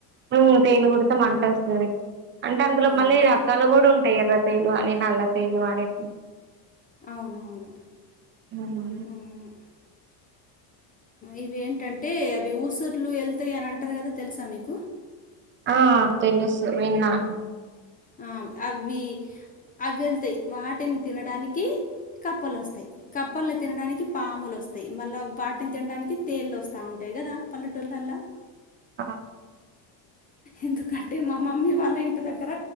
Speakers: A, on the right; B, on the left.
A: ఉ తేలు కుడితే మంటొస్తది అంటే అందులో
B: మంట
A: మళ్ళీ రకాలు కూడా ఉంటై ఎర్ర తేలు అని నల్ల తేలు అని
B: అవునవును
A: ఉమ్.
B: ఔను ఇవేంటంటే అవి ఊసుర్లు ఎళ్తై అని అంటారు కదా తెలుసా మీకు
A: ఆ తెలుసు విన్నాను
B: అ అవ్వి వెళ్తై వాటిని తినడానికి కప్పలొస్తై కప్పల్ని తినడానికి పాములొస్తాయి మళ్ళా వాటిని తినడానికి తేళ్ళొస్తా ఉంటై కదా పల్లెటూళ్ళల్ల
A: అ
B: ఎందుకంటే మా మమ్మీ వాళ్ళ ఇంటి దగ్గర